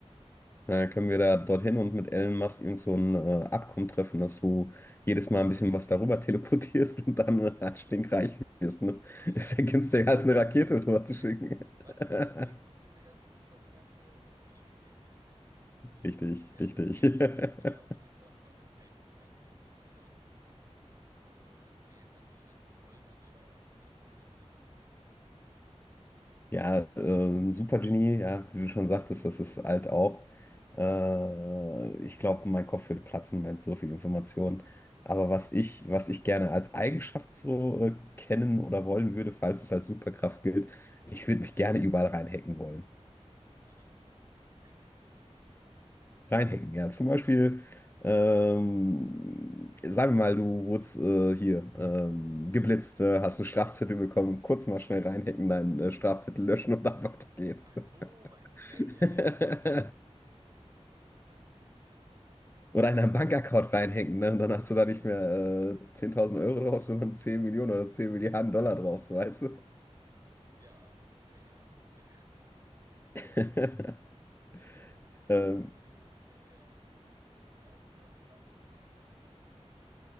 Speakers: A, on the left (about 20°); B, on the right (about 30°).
A: Dann
B: Wen?
A: können wir da dorthin und mit Elon Musk irgend so ein äh, Abkommen treffen, dass du jedes Mal ein bisschen was darüber teleportierst und dann äh, stinkreich wirst. Ne?
B: Ich wollte
A: Ist
B: jetzt sagen, ne,
A: ja günstiger
B: da sind wir schon
A: als
B: wieder
A: eine Rakete
B: bei.
A: rüber zu
B: <laughs>
A: schicken.
B: Was
A: <laughs>
B: gibt, geben uns diese ganzen Superkräfte? Viel Geld.
A: Richtig,
B: Teleportieren,
A: richtig.
B: da
A: <laughs>
B: kannst du dich ja auch in die Fort Knox ein, rein teleportieren, äh, das Geld an, äh, den Gold anschauen und das Gold dann wieder mitnehmen.
A: Ja, äh, Supergenie, ja, wie du schon sagtest, das ist alt auch. Äh, ich glaube, mein Kopf würde platzen mit so viel Information.
B: Ne?
A: Aber was
B: Das
A: ich,
B: ist schon.
A: was ich gerne als Eigenschaft so äh, kennen oder wollen würde, falls es als Superkraft gilt, ich würde mich gerne überall reinhacken wollen.
B: Ah. Rein? Wie?
A: Reinhacken, ja. Zum Beispiel,
B: Ach so.
A: ähm, sagen wir mal, du wurdest äh, hier ähm, geblitzt, äh, hast einen Strafzettel bekommen, kurz mal schnell reinhacken, deinen äh, Strafzettel löschen und dann <laughs> weiter geht's.
B: Ach so, meinst du, okay,
A: <laughs>
B: ja, ja. <laughs>
A: Oder in einen Bankaccount reinhängen, ne? Und dann hast du da nicht mehr äh, 10.000 Euro drauf, sondern 10 Millionen oder 10 Milliarden Dollar drauf, so weißt du.
B: Ja, ja, ja. <laughs>
A: <laughs>
B: Stimmt, ja,
A: Ähm,
B: ja, natürlich. Eigentlich, wenn der, äh, ja, super schlau ist eigentlich auch schon ganz.